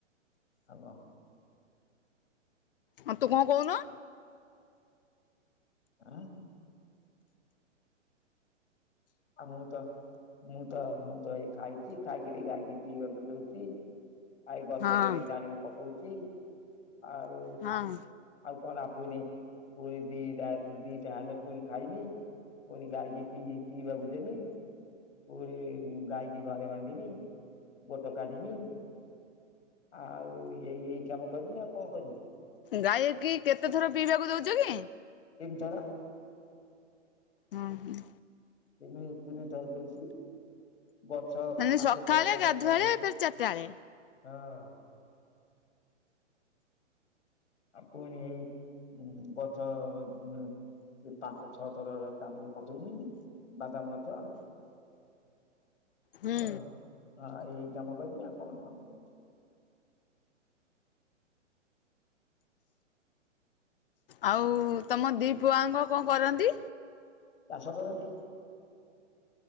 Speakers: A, on the left; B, on the left.
A: ଆଉ କଣ?
B: ହଁ ତୁ କଣ କହୁନୁ?
A: ଉଁ ଆଉ ମୁଁ ତ ମୁଁ ତ ମୁଁ ତ ଏଇ ଖାଇଛି ଖାଇକିରି ଗଈକି ପିଇବାକୁ ଦଉଚି। ଆଇ ଗଛ
B: ହଁ
A: ଗେରେ ଟାଣିକି ପକଉଛି ଆଉ
B: ହଁ
A: ଆଉ କଣ ପୁଣି ପୁଣି ଦିଟା ଦିଟା ହେଲେ ପୁଣି ଖାଇମି। ପୁଣି ଗାଈକି ପି ପିଇବା କୁ ଦେମି। ପୁରୀ ଗାଈକି ଘରେ ବାନ୍ଧମି ଗୋଟ କାଢ଼ିମି। ଆଉ ଏଇ ଏଇ କାମ କରମି ଆଉ କଣ କରିବି।
B: ଗାଈ କି କେତେ ଥର ପିଇବାକୁ ଦଉଚ କି?
A: ତିନ୍ ଥର।
B: ହୁଁ ହୁଁ।
A: ତିନି ତିନି ଥର ଦଉଚି। ଗଛ
B: ମାନେ
A: ପାଞ୍ଚ
B: ସକାଳେ
A: ଥର ଟାଣିକି
B: ଗାଧୁଆଳେ
A: ପକଉଛି
B: ଫେରେ ଚାରିଟା ବେଳେ
A: ହଁ। ଆଉ ପୁଣି ଏଇ ଗଛ କି ପାଞ୍ଚ ଛଅ ଥର ଟାଣିକି ପକେଇନି ବାଦାମ ଗଛ।
B: ହୁଁ
A: ଓ ହଁ ଏଇ କାମ କରିବି ଆଉ କଣ କାମ କର
B: ଆଉ ତମ ଦି ପୁଅ ଆଙ୍କ କଣ କରନ୍ତି?
A: ଚାଷ କରନ୍ତି।